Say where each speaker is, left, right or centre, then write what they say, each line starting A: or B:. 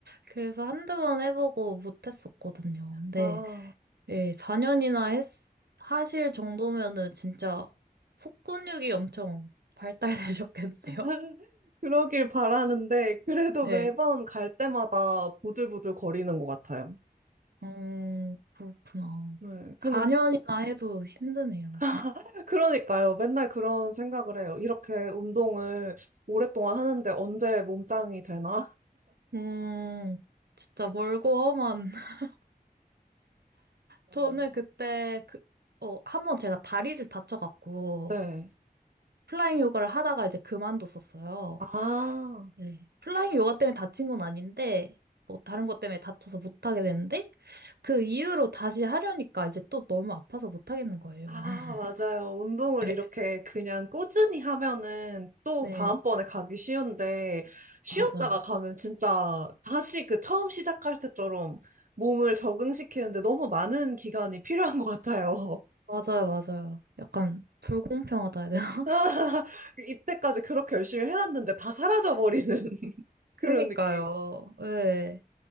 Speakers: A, on the right; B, on the right.
A: 그래서 한두 번 해보고 못했었거든요. 근데,
B: 아,
A: 예, 4년이나 했, 하실 정도면은 진짜 속근육이 엄청 발달되셨겠네요.
B: <laughs> 그러길 바라는데, 그래도
A: 네.
B: 매번 갈 때마다 보들보들 거리는 것 같아요.
A: 어, 그렇구나.
B: 네, 근데,
A: 4년이나 해도 힘드네요.
B: <laughs> 그러니까요. 맨날 그런 생각을 해요. 이렇게 운동을 오랫동안 하는데 언제 몸짱이 되나?
A: 음, 진짜 멀고 험한. <laughs>
B: 맞아요.
A: 저는 그때 그, 어, 한 번 제가 다리를 다쳐갖고
B: 네.
A: 플라잉 요가를 하다가 이제 그만뒀었어요.
B: 아,
A: 네. 플라잉 요가 때문에 다친 건 아닌데, 뭐 다른 것 때문에 다쳐서 못하게 됐는데, 그 이후로 다시 하려니까 이제 또 너무 아파서 못하겠는 거예요.
B: 아,
A: <laughs>
B: 맞아요. 운동을
A: 네,
B: 이렇게 그냥 꾸준히 하면은 또
A: 네,
B: 다음번에 가기 쉬운데, 쉬었다가
A: 맞아요.
B: 가면 진짜 다시 그 처음 시작할 때처럼 몸을 적응시키는데 너무 많은 기간이 필요한 것 같아요.
A: 맞아요, 맞아요. 약간 불공평하다 해야 되나?
B: <laughs> 아, 이때까지 그렇게 열심히 해놨는데 다 사라져버리는 <laughs>
A: 그니까요.
B: 그런 느낌.
A: 예.